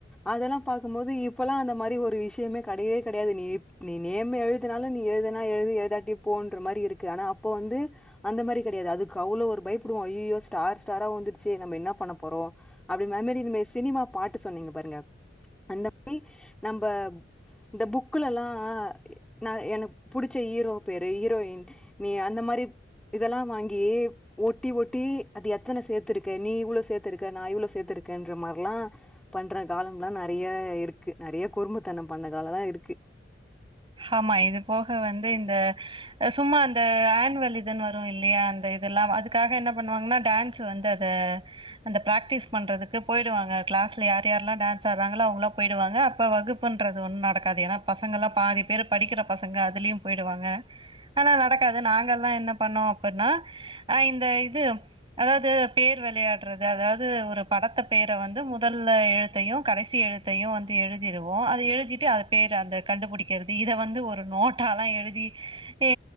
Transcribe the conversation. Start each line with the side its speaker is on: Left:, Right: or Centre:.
Centre: அதெல்லா பாக்கும்போது இப்பல்லா அந்த மாரி ஒரு விஷ்யமே கடையவே கடையாது நீ நீ நேர்மயாவே த்துனால நீ எழுதுனா எழுது எழுதாட்டி போன்ற மாரியிருக்கு ஆனா அப்ப வந்து அந்த மாரி கெடையாது அதுக்கு அவ்ளோ ஒரு பய்ப்படுவோ அய்யையோ ஸ்டார் ஸ்டாரா வந்துருச்சி நம்ம என்ன பண்ண போறோ அப்டி <unintelligible> இந்மேரி சினிமா பாட்டு சொன்னீங்க பாருங்க அந்த மாரி நம்ப இந்த புக்குல எல்லா நா எனுக் புடிச்ச ஹீரோ பேரு ஹீரோயின் நீ அந்த மாரி இதெல்லா வாங்கி ஒட்டி ஒட்டி அது எத்தன சேத்துருக்கே நீ இவ்ளோ சேத்திருக்க நா இவ்ளோ சேத்துக்கேன்ற மார்லா பண்ற காலம்லா நெறையா இருக்கு நெறைய குறும்புத்தனம் பண்ண காலல்லா இருக்கு
Right: ஆமா இது போக வந்து இந்த சும்மா இந்த ஏன்வலு இதுன் வரு இல்லையா அந்த இதெல்லா அதுக்காக என்ன பண்ணுவாங்கன்னா டான்ஸ்சு வந்து அத அந்த பிராக்டிஸ் பண்றதுக்கு போயிடுவாங்க க்ளாஸ்ல யார் யார்ல்லா டான்ஸ் ஆட்றாங்ளோ அவுங்ளா போய்டுவாங்க அப்ப வகுப்புன்றது ஒன்னு நடக்காது ஏனா பசங்கல்லா பாதி பேரு படிக்கிற பசங்க அதுலியும் போய்டுவாங்க ஆனா நடக்காது நாங்கல்லா என்ன பண்ணோ அப்பன்னா அ இந்த இது அதாவ்து பேர் வெளையாட்றது அதாவ்து ஒரு படத்த பெயர வந்து முதல்ல எழுத்தையு கடைசி எழுத்தையு வந்து எழுதிருவோ அது எழுதிட்டு அ பேர் அந்த கண்டுபுடிக்கறது இத வந்து ஒரு நோ ட்டால எழுதி எ